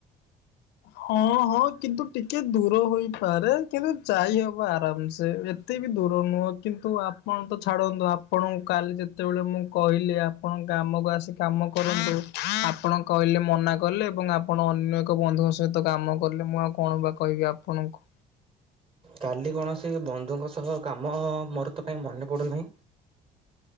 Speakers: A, on the left; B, on the right.
A: ହଁ ହଁ କିନ୍ତୁ ଟିକେ ଦୂର ହେଇପାରେ କିନ୍ତୁ ଯାଇହବ ଆରାମ ସେ। ଏତେ ବି ଦୂର ନୁହେଁ କିନ୍ତୁ ଆପଣ ତ ଛାଡ଼ନ୍ତୁ ଆପଣ କାଲି ଯେତେବେଳେ ମୁଁ କହିଲେ ଆପଣ ଗ୍ରାମ କୁ ଆସି କାମ କରନ୍ତୁ ଆପଣ କହିଲେ ମନା କଲେ ଏବଂ ଆପଣ ଅନ୍ୟ ଏକ ବନ୍ଧୁଙ୍କ ସହ ସହିତ କାମ କଲେ ମୁଁ ଆଉ କଣ ବା କହିବି ଆପଣଙ୍କୁ।
B: କାଲି କୌଣସି ବନ୍ଧୁଙ୍କ ସହ କାମ ମୋର ତ କାଇଁ ମନେ ପଡୁନାହିଁ।